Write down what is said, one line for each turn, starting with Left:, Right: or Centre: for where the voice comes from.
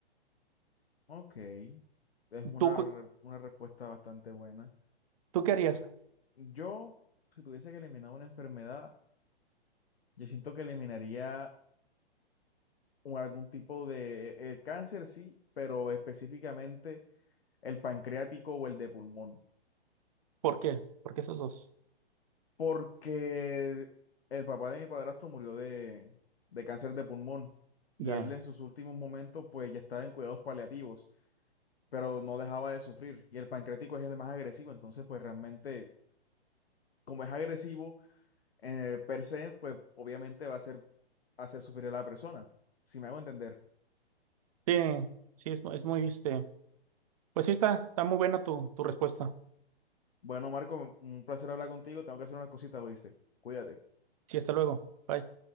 Left: Ok, es una,
Right: ¿Tú, cu-
Left: re- una respuesta bastante buena.
Right: tú qué harías?
Left: Yo, si tuviese que eliminar una enfermedad, yo siento que eliminaría un- algún tipo de, e, el cáncer sí, pero específicamente el pancreático o el de pulmón,
Right: ¿Por qué? Porque esos dos.
Left: porque el papá de mi padrastro murió de, de cáncer de pulmón y
Right: Ya.
Left: él en sus últimos momentos pues ya estaba en cuidados paliativos, pero no dejaba de sufrir y el pancreático es el más agresivo, entonces pues realmente como es agresivo, eh, per se, pues obviamente va a ser hacer sufrir a la persona, si me hago entender.
Right: Sí, sí, es, mu- es muy, este, pues sí está, está muy buena tu, tu respuesta.
Left: Bueno, Marco, un placer hablar contigo, tengo que hacer unas cositas, ¿oíste? Cuídate.
Right: Sí, hasta luego. Bye.